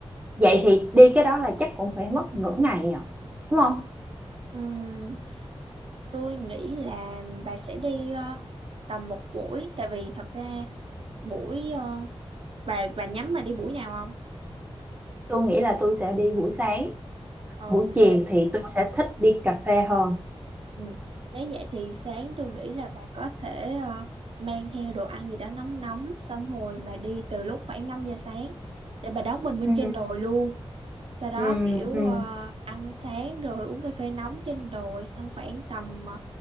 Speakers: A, on the right; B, on the right.
A: vậy thì đi cái đó là chắc cũng phải mất nửa ngày nhỉ, đúng không?
B: Ừm, tôi nghĩ là bà sẽ đi ờ, tầm một buổi tại vì thật ra buổi ờ, bà bà nhắm mà đi buổi nào không
A: Tôi nghĩ là tôi sẽ đi buổi sáng,
B: ok
A: buổi chiều thì tôi sẽ thích đi cà phê hơn.
B: Ừ. Nếu vậy thì sáng tôi nghĩ là bà có thể ờ, mang theo đồ ăn gì đó nóng nóng xong rồi bà đi từ lúc khoảng 5 giờ sáng để bà đón bình minh
A: Ừ,
B: trên đồi luôn. Sau đó
A: ừ,
B: kiểu
A: ừ,
B: ờ, ăn sáng rồi uống cà phê nóng trên đồi xong khoảng tầm ờ,